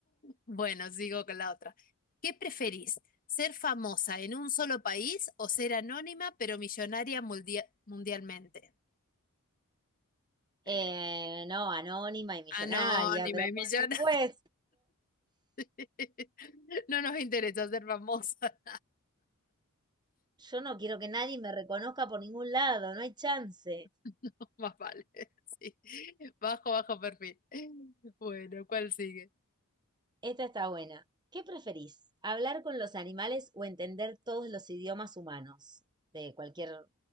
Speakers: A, on the left; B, on the right.
A: Bueno, sigo con la otra. ¿Qué preferís? ¿Ser famosa en un solo país o ser anónima pero millonaria mundia- mundialmente? Eh,
B: Eh, no, anónima y millonaria,
A: anónima
B: pero
A: y
B: por
A: millonaria.
B: supuesto.
A: <laughs> No nos interesa ser famosa,
B: Yo no quiero que nadie me reconozca por ningún lado, no hay chance.
A: <laughs> más vale. Sí. Bajo, bajo perfil. Bueno, ¿cuál sigue?
B: Esta está buena. ¿Qué preferís? ¿Hablar con los animales o entender todos los idiomas humanos de cualquier